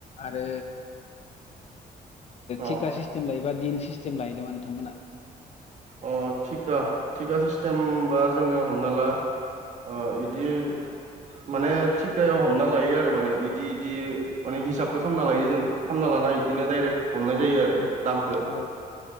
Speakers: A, on the left; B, on the right.
A: आरो
B: अ
A: थिका सिस्टेम लायोबा दिन सिस्टेम लायो नामा नोंथांमोना?
B: अ थिखा थिखा सिस्टेमबा जोंङो हमना ला अ इदि माने थिखायाव हमना लायो आरो माने इदि इदि माने हिसाबखौ खालामना लायो जों खालामना लायो। इदिनो बिदिनो डायरेक्ट हमनाय जायो आरो
A: उम
B: दामखो
A: औ